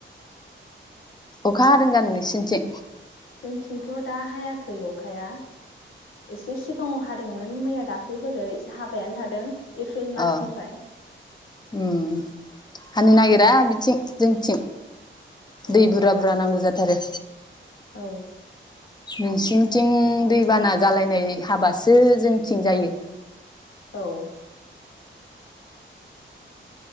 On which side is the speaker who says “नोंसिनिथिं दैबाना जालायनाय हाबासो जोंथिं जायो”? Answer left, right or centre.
Left